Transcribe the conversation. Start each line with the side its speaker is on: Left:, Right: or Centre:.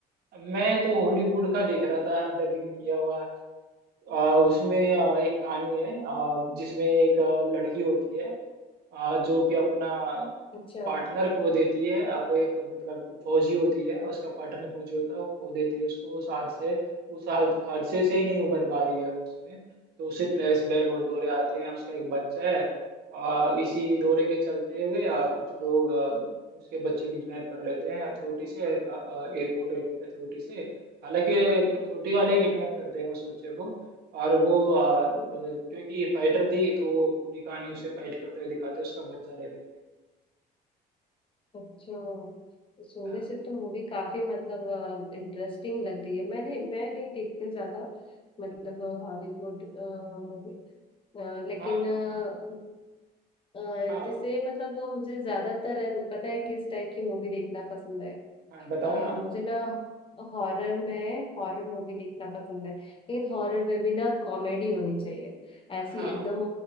Right: मैं तो हॉलीवुड का देख रहा था डबिंग किया हुआ आ, उसमें आ, एक कहानी है आ, जिसमें एक आ, लड़की होती है आ, जो कि अपना
Left: अच्छा
Right: पार्टनर खो देती है आ, वो एक मतलब फौजी होती है उसका पार्टनर फौजी होता है वो खो देती है उसको उस हादसे उस हाद- हादसे से ही नहीं उभर पा रही है वो उसमें तो उसे फ्लैशबैक और दौरे आते हैं उसका एक बच्चा है आ, इसी दौरे के चलते हुए आ, कुछ लोग आ, उसके बच्चे को किडनैप कर लेते हैं अथॉरिटी से एयरपोर्ट अथॉरिटी से हालांकि एयरपोर्ट अथॉरिटी वाले ही किडनैप करते हैं उस बच्चे को और वो आ, क्योंकि ये फाइटर थी तो वो पूरी कहानी उसे फाइट करते हुए दिखाते हैं उसका बच्चा लेने के लिए
Left: अच्छा सोने
Right: हाँ
Left: से तो मूवी काफी मतलब इंटरेस्टिंग लग रही है मैंने मैं नहीं देखती हूँ ज्यादा मतलब
Right: हम्म,
Left: हॉलीवुड मूवी लेकिन
Right: हाँ
Left: अ, अ,
Right: हाँ
Left: जैसे मतलब वो मुझे ज्यादातर है, पता है किस टाइप की मूवी देखना पसंद है
Right: हाँ बताओ
Left: अ,
Right: ना
Left: मुझे ना हॉरर में हॉरर मूवी देखना पसंद है लेकिन हॉरर में भी ना कॉमेडी होनी चाहिए ऐसी
Right: हाँ
Left: एकदम